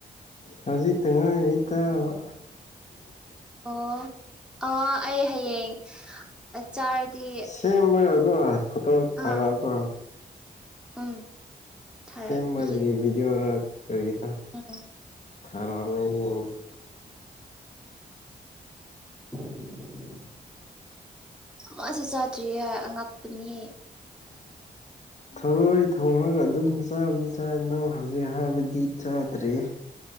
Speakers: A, on the left (about 40°); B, in the centre.
A: ꯍꯧꯖꯤꯛꯇ ꯉꯥꯏꯔꯤ ꯇꯥꯕ
B: ꯑꯣ ꯑ ꯑꯩ ꯍꯌꯦꯡ ꯆꯥꯔꯗꯤ
A: ꯁꯦꯝꯃꯒ ꯀꯣ ꯐꯣꯇꯣ ꯊꯥꯔꯛꯑꯣ
B: ꯑꯥ
A: ꯀꯣ
B: ꯎꯝ ꯊꯥꯔꯛꯄꯤꯒꯦ
A: ꯁꯦꯝꯕꯗꯤꯒꯤ ꯚꯤꯗꯤꯌꯣꯔ ꯀꯔꯤꯅꯣ
B: ꯎꯝ
A: ꯊꯔꯛꯑꯣꯅꯦ ꯌꯦꯡꯒꯦ
B: <unintelligible> ꯃꯥꯁꯨ ꯆꯥꯗ꯭ꯔꯤꯌꯦ ꯑꯉꯛꯄꯅꯤꯍꯦ
A: ꯊꯔꯣꯏ ꯊꯣꯡꯉꯒ ꯑꯗꯨꯝ ꯆꯥꯕꯨꯗꯤ ꯆꯥꯏ ꯅꯪ ꯍꯧꯖꯤꯛ ꯍꯥꯏꯕꯗꯤ ꯆꯥꯗ꯭ꯔꯔꯤ